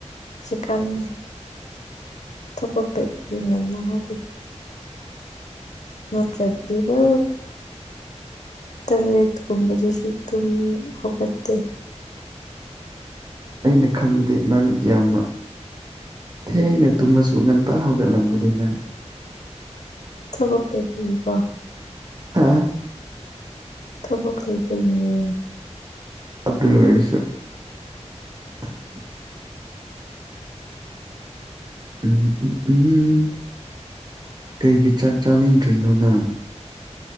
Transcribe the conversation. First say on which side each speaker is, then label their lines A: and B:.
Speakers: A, on the left; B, on the right.
A: <unintelligible> ꯅꯠꯇ꯭ꯔꯗꯤ ꯍꯥ ꯇꯔꯦꯠ ꯀꯨꯝꯕꯗꯨꯁꯨ ꯇ ꯍꯈꯦ
B: ꯑꯩꯅ ꯈꯪꯕꯗꯤ ꯅꯪ ꯌꯥꯝꯅ ꯊꯦꯡꯅ ꯇꯨꯝꯃꯁꯨ ꯉꯟꯇꯥ ꯍꯧꯒꯠꯂꯝꯒꯅꯤ ꯅꯪ
A: ꯊꯕꯛ ꯂꯩꯕꯤꯒꯀꯣ
B: <unintelligible>
A: ꯊꯕꯛ ꯂꯩꯕꯩꯅꯦ
B: ꯑꯗꯨ ꯑꯣꯏꯔꯁꯨ <inaudible> ꯎꯝ ꯎꯝ ꯎꯝ ꯀꯩꯒꯤ ꯆꯥꯛ ꯆꯥꯅꯤꯡꯗ꯭ꯔꯤꯅꯣ ꯅꯪ